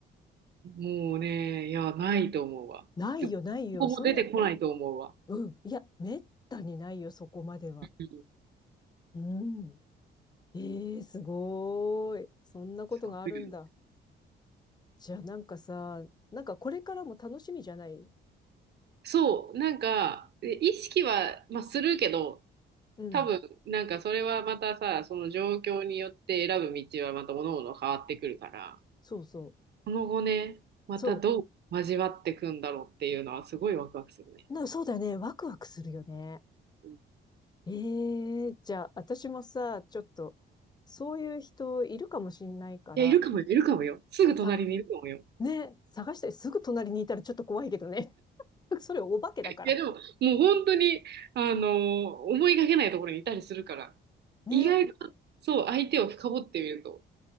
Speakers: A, on the right (about 55°); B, on the left (about 20°).
A: もうね、いや、ないと思うわ。
B: ないよ、
A: でここも出てこないと思うわ。
B: ないよ。そんな、うん。いや、めったにないよ、そこまでは。
A: うん
B: うん。ええー、すごーい。そんなことがあるんだ。
A: すごいよね
B: じゃあなんかさ、なんかこれからも楽しみじゃない
A: そう、なんか、え意識は、まあ、するけど、
B: うん。
A: 多分、なんかそれはまたさ、その状況によって選ぶ道はまた各々変わってくるから、
B: そうそう。
A: その後ね、またどう交わってくんだろうっていうのはすごいワクワクするね。
B: そう。な、そうだよね。ワクワクするよね。
A: うん
B: ええじゃあ、私もさ、ちょっと、そういう人いるかもしんないから、
A: いや、いるかもよ、いるかもよ。すぐ隣にいるかもよ。
B: さ、ね、探してすぐ隣にいたらちょっと怖いけどね。<laughs> それお化けだから。
A: いや、でも、もう本当に、あのー思いがけないところにいたりするから、
B: ね、
A: 意外と、そう、相手を深掘ってみると、